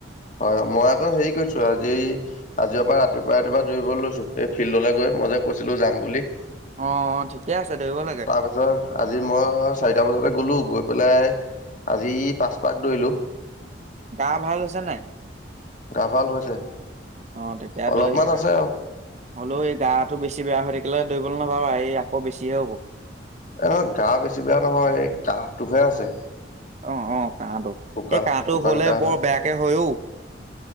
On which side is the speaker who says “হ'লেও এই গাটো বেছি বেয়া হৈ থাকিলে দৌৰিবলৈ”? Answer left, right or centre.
Right